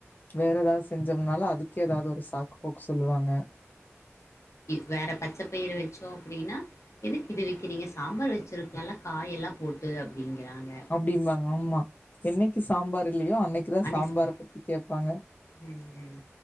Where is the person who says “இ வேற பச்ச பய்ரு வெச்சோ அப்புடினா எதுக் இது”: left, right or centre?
Left